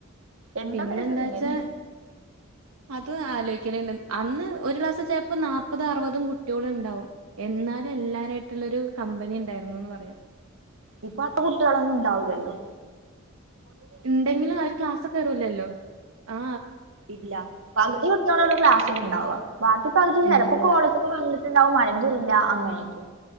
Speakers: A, on the right; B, on the right.
A: എന്താവരൊക്കെ
B: പിന്നെന്താ
A: ഇങ്ങനെ
B: വച്ചാ അത് ആലോച അന്ന് ഒരു ക്ലാസ്സ്‌ ചിലപ്പോ നാപ്പതും അറുപതും കുട്ടികളും ഉണ്ടാവും എന്നാലും എല്ലാരയിട്ടുള്ള ഒരു കമ്പനി ഉണ്ടായിരുന്നുന്ന് പറയാം
A: ഇപ്പൊത്തെ കുട്ടികളൊന്നും ഉണ്ടാവില്ലല്ലോ
B: ഇണ്ടങ്കിലും അവര് ക്ലാസ് കേറൂല്ലല്ലോ ആ
A: ഇല്ല പകുതി കുട്ട്യേൽ ഒരു ക്ലാസ്സിൽ ഉണ്ടാവ ബാക്കി പകുതി
B: ഇണ്ടാവ
A: ചിലപ്പോ കോളേജ് ക്ക് വന്ന ണ്ടാവും മരങ്കല്ല അങ്ങനെയക്ക്